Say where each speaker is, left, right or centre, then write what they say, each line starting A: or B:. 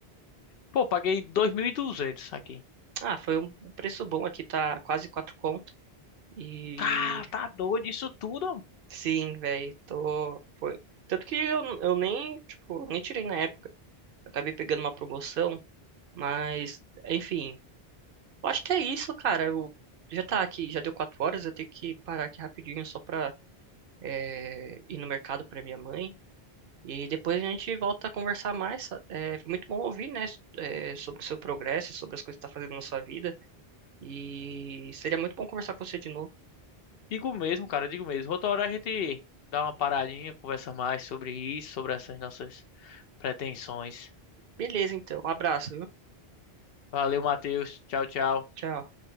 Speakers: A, on the left (about 70°); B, on the right (about 65°).
A: Pô, paguei 2.200 aqui.
B: Ah, foi um preço bom aqui, tá quase quatro conto. E
A: Cara, tá doido isso tudo? homem.
B: Sim, velho, tô. Foi. Tanto que eu, eu nem, tipo, nem tirei na época. Eu Acabei pegando uma promoção, mas, enfim. Eu acho que é isso, cara. Eu já tá aqui, já deu quatro horas, eu tenho que parar aqui rapidinho só pra é, ir no mercado pra minha mãe. E depois a gente volta a conversar mais. É, foi muito bom ouvir, né, é, sobre o seu progresso, sobre as coisas que tá fazendo na sua vida. E seria muito bom conversar com você de novo.
A: Digo mesmo, cara. Digo mesmo. Outra hora a gente dá uma paradinha, conversa mais sobre isso, sobre essas nossas pretensões.
B: Beleza, então. Um abraço, viu?
A: Valeu, Matheus. Tchau, tchau.
B: Tchau.